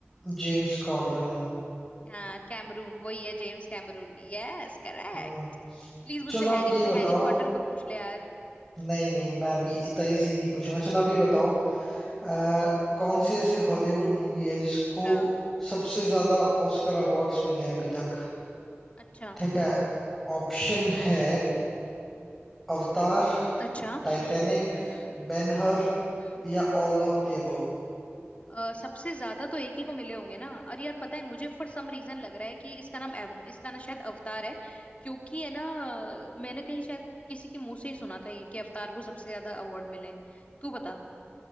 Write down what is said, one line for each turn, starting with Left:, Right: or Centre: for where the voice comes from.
Centre: जेम्स कॉनरन
Left: हाँ कैमरून वही है James Cameron yes correct
Centre: हम्म
Left: Please मुझसे
Centre: चलो आप
Left: हैरी
Centre: ये बताओ
Left: हैरी पॉटर का पूछ ले यार
Centre: नहीं नहीं मैं अभी इतना इजी नहीं पूछूंगा चलो आप ये बताओ अ, कौन सी ऐसी हॉलीवुड मूवी है जिसको
Left: हाँ
Centre: सबसे ज्यादा ऑस्कर अवार्ड्स मिले हैं अभी तक
Left: अच्छा
Centre: ठीक है ऑप्शन है अवतार
Left: अच्छा हम्म
Centre: टाइटैनिक
Left: हम्म
Centre: बेनहर
Left: हम्म
Centre: या ऑल ऑफ द अबव
Left: अ, सबसे ज्यादा तो एक ही को मिले होंगे ना और यार पता है मुझे फॉर सम रीजन लग रहा है कि इसका नाम अव, इसका ना शायद अवतार है क्योंकि है ना अ, मैंने कहीं शायद किसी के मुंह से ही सुना था ये कि अवतार को सबसे ज्यादा अवार्ड मिले हैं। तू बता